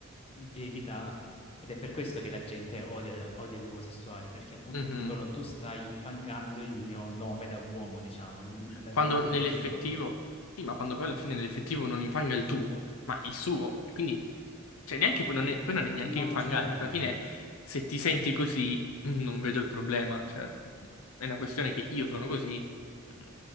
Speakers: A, on the left (about 30°); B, on the left (about 80°).
A: virilità ed è per questo che la gente odia, odia gli omosessuali, perché appunto
B: Mm-hmm.
A: dicono tu stai infangando il mio nome da uomo, diciamo, il, la
B: Quando
A: mia-
B: nell'effettivo,
A: il mio titolo.
B: sì, ma quando poi alla fine nell'effettivo non infanga il tuo, ma il suo, e quindi cioè neanche, poi, non è, poi non è neanche
A: Non
B: infangare,
A: lo stai infangando.
B: perché alla fine se ti senti così mm, non vedo il problema, cioè mm, è una questione che io sono così, mm,